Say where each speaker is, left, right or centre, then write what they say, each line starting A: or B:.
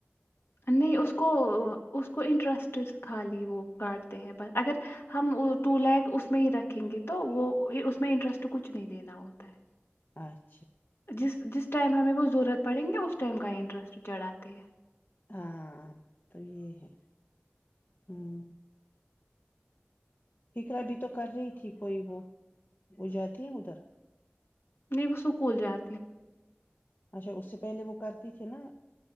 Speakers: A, on the left; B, on the left.
A: نہیں اس کو اس کو انٹرسٹ خالی وہ کاٹتے ہیں بس اگر ہم ٹو لیک اس میں ہی رکھیں گے تو وہ اس میں انٹرسٹ کچھ نہیں دینا ہوتا ہے
B: اور
A: جس جس ٹائم ہمیں وہ ضرورت پڑیں گے اس ٹائم کا انٹرسٹ چڑھاتے ہے
B: ہاں تو یہ ہے ہوں اقرا بھی تو کر رہی تھی کوئی وہ وہ جاتی ہے ادھر
A: نہیں وہ سںکول جاتی
B: اچھا اس سے پہلے وہ کرتی تھی نا